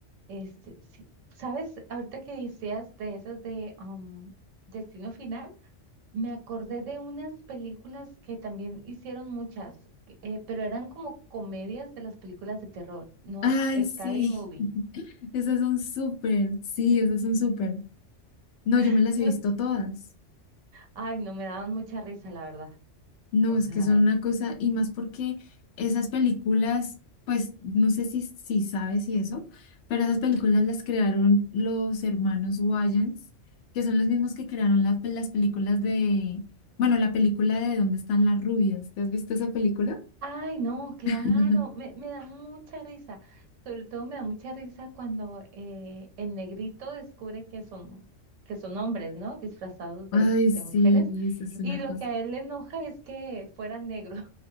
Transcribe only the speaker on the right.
Este, sí. ¿Sabes? Ahorita que decías de esas de um, Destino Final, me acordé de unas películas que también hicieron muchas, que- eh, pero eran como comedias de las películas de terror, ¿no?
Scary
Movie.
<laughs>
No,
s-
ay, no, me daban mucha risa, la verdad.
O sea,
ay, no, claro,
me, me da mucha risa. Sobre todo me da mucha risa cuando eh, el negrito descubre que son, que son hombres, ¿no? Disfrazados de,
de
mujeres.
Y lo
que a él le enoja es que fueran negros.